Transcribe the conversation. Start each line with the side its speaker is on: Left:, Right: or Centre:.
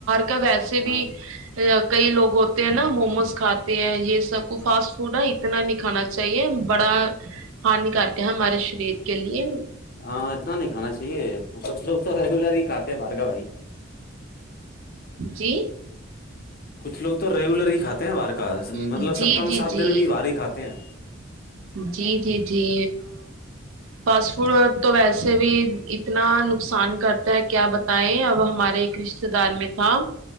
Right: کب ویسے بھی
Left: ہاں جی
Right: کئی لوگ ہوتے ہیں نا موموز کھاتے ہیں یہ سب کو فاسٹ فوڈ ہے اتنا نہیں کھانا چاہیے بڑا ہانیکارک ہے ہمارے شریر کے لیے
Left: ہاں اتنا نہیں کھا چاہیے کچھ لوگ تو ریگولر ہی کھاتے مار ے گا بھائی
Right: جی
Left: کچھ لگ تو ریگولر ہی کات ہیں بار مطلب
Right: جی
Left: سپتہ
Right: جی
Left: میں سات
Right: جی
Left: دن بھی بھاری کاتے ہیں
Right: جی جی جی فاسٹ فوڈ تو ویسے بھی اتنا نقصان کرتا ہے کیا بتائیں اب ہمارے ایک رشتے دار میں تھا